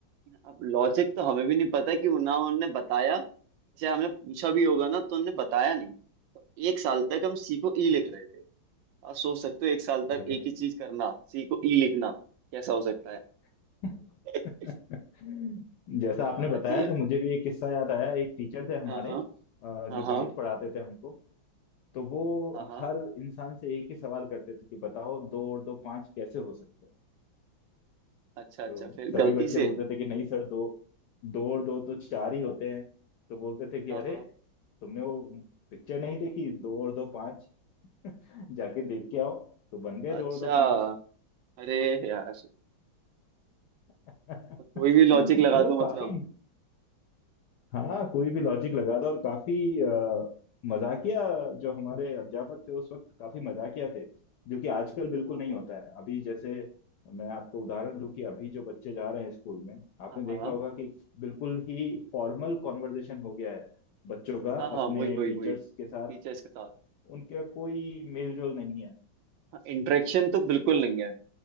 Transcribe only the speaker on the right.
अब लॉजिक तो हमें भी नहीं पता कि ना उन्होंने बताया चाहे हमने पूछा भी होगा ना तो उन्होंने बताया नहीं तो एक साल तक हम सी को ई लिख रहे थे आप सोच सकते हो एक साल तक
एक ही चीज करना सी को ई लिखना कैसा हो सकता
है <laughs>
जी
हाँ हाँ
हाँ
हाँ
अच्छा अच्छा
फिर
गलती
से
हाँ
हाँ
अच्छा
अरे यार
कोई भी लॉजिक लगा
दो
मतलब
हाँ
हाँ
हाँ
हाँ
हाँ हाँ
वही वही
वही टीचर्स
के साथ
हाँ इंटरेक्शन तो बिल्कुल नहीं है